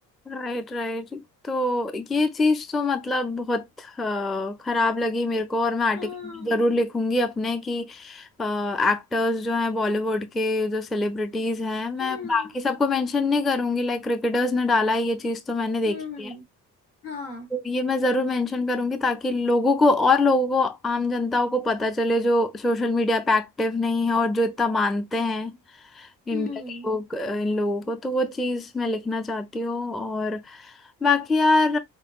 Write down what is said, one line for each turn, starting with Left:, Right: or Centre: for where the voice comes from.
Centre: राइट राइट तो ये चीज तो मतलब बहुत अ, खराब लगी मेरे को और मैं आर्टिकल
Left: हाँ
Centre: जरूर लिखूंगी अपने कि एक्टर्स जो हैं बॉलीवुड के जो सेलिब्रिटीज हैं मैं
Left: हम्म
Centre: बाकी सबको मेंशन नहीं करूंगी लाइक क्रिकेटर्स ने डाला ये चीज तो मैंने देखी
Left: हम्म
Centre: है
Left: हाँ
Centre: तो ये मैं जरूर मेंशन करूंगी ताकि लोगों को और लोगों को आम जनताओं को पता चले जो सोशल मीडिया पे एक्टिव नहीं है और जो इतना मानते हैं इंडिया
Left: हम्म
Centre: के लोग अ, इन लोगों को तो वो चीज़ मैं लिखना चाहती हूँ और बाकी यार